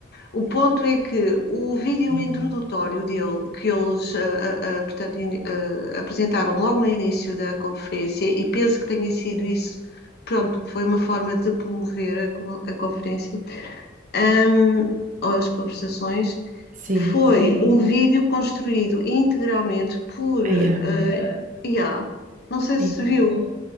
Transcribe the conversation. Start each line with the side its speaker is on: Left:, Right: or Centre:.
Left: O ponto é que o vídeo
Right: Sim.
Left: introdutório dele, que eles ah, ah, ah, portanto, in- ah, apresentaram logo no início da conferência, e penso que tenha sido isso, pronto, foi uma forma de promover a, a conferência, ahm, ou as conversações,
Right: Sim.
Left: foi Sim. um vídeo construído integralmente por.
Right: Ah,
Left: ah,
Right: yeah.
Left: IA. não sei se
Right: Sim.
Left: viu, Sim.